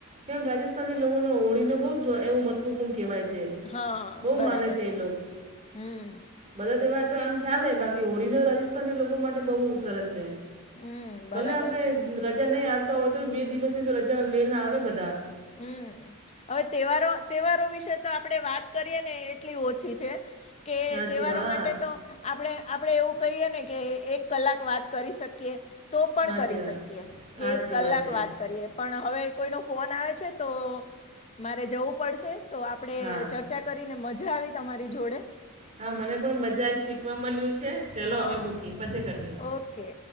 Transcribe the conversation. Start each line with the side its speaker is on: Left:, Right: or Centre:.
Right: કેમ રાજસ્થાની લોકોનો ઓળીને બોવ જ એવું મત્વપૂન કેવાય છે
Left: હા
Right: બહુ
Left: બરાબર
Right: માને
Left: છે
Right: એ લોકો
Left: હમ્મ
Right: બધા તેહેવાર તો આમ ચાલે બાકી હોળીનો રાજસ્થાની લોકો માટે બોઉ સરસ સે
Left: હમ બરાબર
Right: ભલે આપડે
Left: છે
Right: રજા નઈ આલતા ઓય તો બે દિવસની તો રજા લેને આવે બધા
Left: હમ્મ હવે તહેવારો તહેવારો વિશે તો આપડે વાત કરીએ ને એટલી ઓછી છે કે
Right: સાચી
Left: તહેવારો
Right: હા
Left: માટે તો આપણે આપડે એવું કહીએ ને કે એક કલાક વાત કરી શકીએ તો પણ
Right: સાચી
Left: કરી
Right: વાત
Left: શકીએ
Right: સાચી
Left: કે એક કલાક
Right: એ
Left: વાત કરીએ પણ હવે કોઈનો ફોન આવે છે તો મારે જવું પડશે તો આપણે
Right: હા
Left: ચર્ચા કરીને મજા આવી તમારી જોડે
Right: હા મને પણ મજા આયી શીખવા મલ્યું છે ચલો
Left: હા
Right: હવે મૂકીએ પછી કરજો
Left: ઓકે